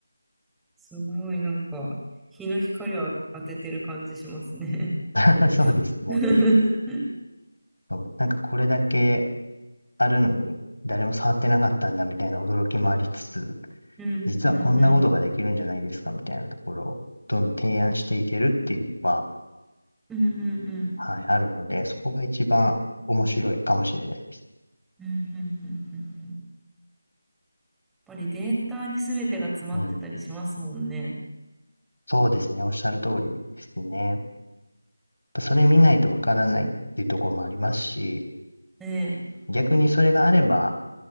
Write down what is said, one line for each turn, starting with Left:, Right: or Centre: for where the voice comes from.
Centre: すごい、なんか、日の光を当ててる感じしますね。
Left: <laughs> そうですね。
Centre: <laughs> うん
Left: そうなんかこれだけあるのに誰も触ってなかったんだみたいな驚きもありつつ、
Centre: うんうん
Left: 実はこんなことができるんじゃないですかみたいなところをどんどん提案していけるっていうのは、
Centre: うんうん
Left: はい、あるので、そこが一番面白いかもしれないです。
Centre: うんうんうんうんうんうんやっぱりデータに全てが詰まってたりしますもんね。
Left: うん。そうですね。おっしゃる通りですね。やっぱそれ見ないとわからないっていうところもありますし、
Centre: ええ
Left: 逆にそれがあれば、